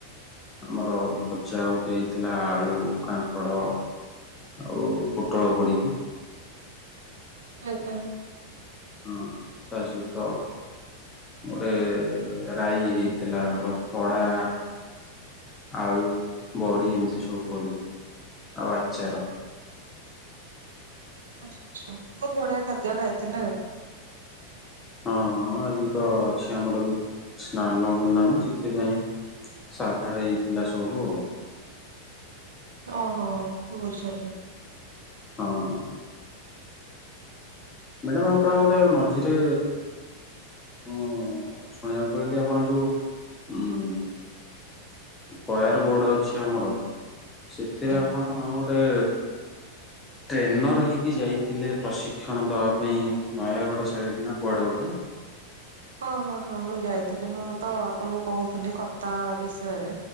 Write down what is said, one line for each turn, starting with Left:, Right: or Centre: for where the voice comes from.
Left: ଆମର ଭଜା ଗୋଟେ ହେଇଥିଲା ଆଳୁ କାଙ୍କଡ଼। ଆଉ ପୋଟଳ ପଡିକି।
Right: ଆଜ୍ଞା।
Left: ହଁ ତା ସହିତ ଗୋଟେ ରାଇ ହେଇଥିଲା ଆମର ଖଡା ଆଳୁ, ବଡି ଏମିତି ସବୁ ପଡିକି ଆଉ ଆଚାର।
Right: ଆଚ୍ଛା ଆଚ୍ଛା ବହୁତ ବଢିଆ ଖାଦ୍ୟ ଖାଇଥିଲେ ଆଉ।
Left: ହଁ ହଁ ଆଜି ତ ଅଛି ଆମର ବି ସ୍ନାନ ପୂର୍ଣ୍ଣମୀ ସେଥିପାଇଁ। ସାଧା ରେ ହେଇଥିଲା ସବୁ।
Right: ଓହୋ ବୁଝିଲି।
Left: ହଁ। ମ୍ୟାଡ଼ାମ ଆପଣ ଗୋଟେ ମଝିରେ ମୁଁ ଶୁଣିବାକୁ ପାହିଲି ଆପଣ ଯୋଉ ହମ୍। କୟାର ବୋର୍ଡ ଅଛି ଆମର ସେଥିରେ
Right: ଆଜ୍ଞା।
Left: ଆପଣ ଗୋଟେ ଟ୍ରେନର୍ ହୋଇଇକି ଯାଇଥିଲେ ପ୍ରଶିକ୍ଷଣ ଦେବା ପାଇଁ ନୟାଗଡ଼ ସାଇଡ଼୍ ନା କୁଆଡ଼େ ଗୋଟେ?
Right: ହଁ ହଁ ହଁ ମୁଁ ଯାଇଥିଲି ମୁଁ ତ ଆପଣଙ୍କୁ କହୁଥିଲି କତା ବିଷୟରେ।